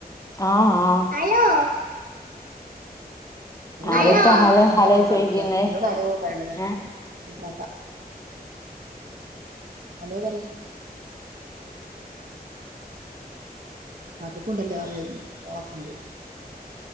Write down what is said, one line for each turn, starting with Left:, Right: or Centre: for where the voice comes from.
Left: ആഹ് ആഹ്
Right: അലോ
Left: ആരെടുത്താ
Right: അങ്ങനെ
Left: ഹലോ ഹലോ
Right: ഫോണില്
Left: ചോദിക്കുന്നേ
Right: കളിക്ക എന്നോട് അലോ പറെണതാ
Left: ഏ
Right: അതാ അതോ പറ അതൊക്കൊണ്ടല്ലേ ഒരു ഓളൊക്കെ ഉണ്ട്